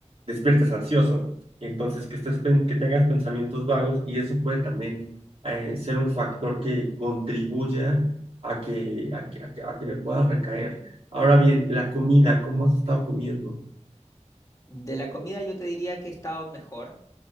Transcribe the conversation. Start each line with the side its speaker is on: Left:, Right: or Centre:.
Right: despiertes ansioso, y entonces que estés, pen- que tengas pensamientos vagos y eso puede también eh, ser un factor que contribuya a que, a que, a que, a que me pueda recaer. Ahora bien, la comida, ¿cómo has estado comiendo?
Left: De la comida yo te diría que he estado mejor,